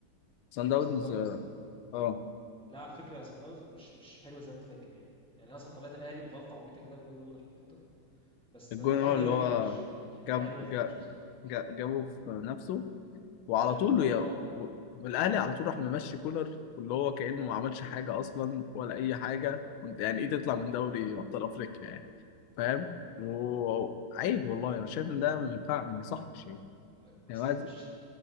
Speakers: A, on the left (about 80°); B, in the centre.
A: سان
B: قدام
A: داونز
B: سان داونز
A: اه
B: لا على فكره سان داونز مش مش حلو زي ما انت فاكر يعني يعني أنا اصلا طلعت الاهلي بغلطه عبيطه كده بالجون اللي هم حطوه ده بس
A: الجون
B: الاهلي
A: اه اللي
B: هو اللي
A: هو
B: كان وحش يعني هو
A: جاب
B: الاهلي هو اللي كان
A: جاب
B: وحش اصلا
A: جابه في نفسه وعلى
B: اه
A: طول
B: آه،
A: يا و- والاهلي على طول راح ممشي كولر واللي هو كانه ما عملش حاجه اصلا ولا اي حاجه وانت يعني ايه تطلع من دوري ابطال افريقيا يعني فاهم وعيب والله انا شايف ان ده ما ينفع ما يصحش يعني
B: ما ما
A: يعني
B: صحش
A: واحد